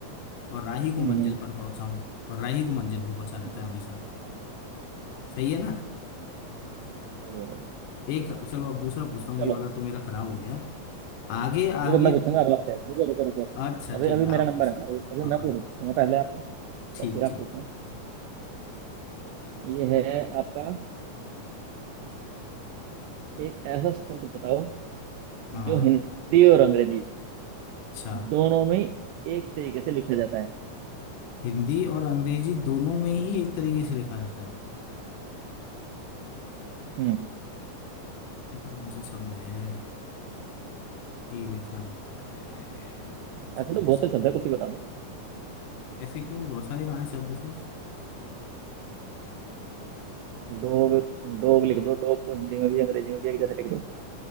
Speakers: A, on the left; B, on the right.
A: और राही को
B: हम्म
A: मंजिल
B: हम्म
A: पर पहुंचाऊं और राही को मंजिल पे पहुंचा देता
B: हम्म,
A: है हमेशा सही है ना
B: हम्म, बढ़िया बढ़िया
A: एक चलो अब दूसरा पूछता हूँ
B: चलो
A: ये वाला तो मेरा खराब हो गया आगे आगे
B: रुको मैं पूछूंगा अब आपसे रुको रुको रुको
A: अच्छा
B: अभी
A: ठीक
B: अभी
A: है आप
B: मेरा नंबर
A: पूछ
B: है ना अभी
A: हाँ
B: मैं पूछूंगा पहले आपसे तब
A: ठीक
B: फिर आप
A: ठीक
B: पूछना ये है आपका एक ऐसा शब्द बताओ
A: हाँ
B: जो हिंदी और अंग्रेजी
A: अच्छा
B: दोनों में एक तरीके से लिखा जाता है
A: हिंदी और अंग्रेजी दोनों में ही एक तरीके से लिखा जाता है
B: हम्म,
A: ऐसा कौन सा शब्द है ही लिखा जाता है एक
B: ऐसे
A: तरह
B: तो बहुत
A: से
B: से शब्द है कुछ भी बता दो
A: ऐसे क्यों बहुत सारे कहाँ हैं सब बिजनेस
B: डॉग डॉग लिख दो डॉग को हिंदी में भी अंग्रेजी में भी एक जैसे लिख दो